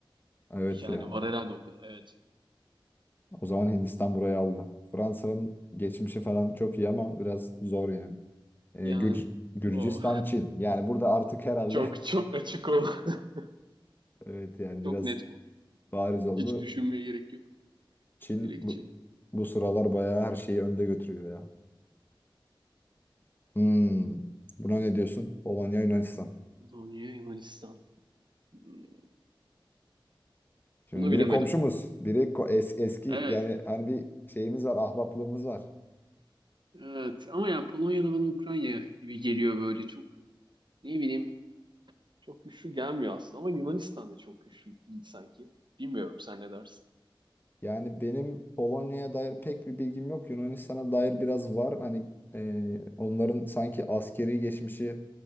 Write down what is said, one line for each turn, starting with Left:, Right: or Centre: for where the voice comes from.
Left: Evet
Right: Yani
Left: ya.
Right: var herhalde o kadar. Evet.
Left: O zaman Hindistan burayı aldı. Fransa'nın geçmişi falan çok iyi ama biraz zor yani. Ee,
Right: Yani
Left: Gür- Gürcistan,
Right: o
Left: Çin. Yani burada artık
Right: <laughs>
Left: herhalde
Right: çok çok açık ol. <laughs>
Left: <laughs> evet yani
Right: Çok
Left: biraz
Right: net bu.
Left: bariz oldu.
Right: Hiç düşünmeye gerek yok.
Left: Çin
Right: Direkt
Left: bu,
Right: Çin.
Left: bu sıralar bayağı her şeyi önde götürüyor ya. Hmm. Buna ne diyorsun? Polonya, Yunanistan.
Right: Polonya, Yunanistan. Hmm,
Left: Şimdi
Right: Bunu bilemedim.
Left: biri komşumuz, biri ko- es- eski
Right: Evet.
Left: yani hani bir şeyimiz var, ahbaplığımız var.
Right: Evet. Ama ya Polonya'da bana Ukrayna gibi geliyor böyle. Çok ne bileyim. Çok güçlü gelmiyor aslında ama Yunanistan da çok güçlü değil sanki. Bilmiyorum sen ne dersin?
Left: Yani benim Polonya'ya dair pek bir bilgim yok. Yunanistan'a dair biraz var. Hani e, onların sanki askeri geçmişi,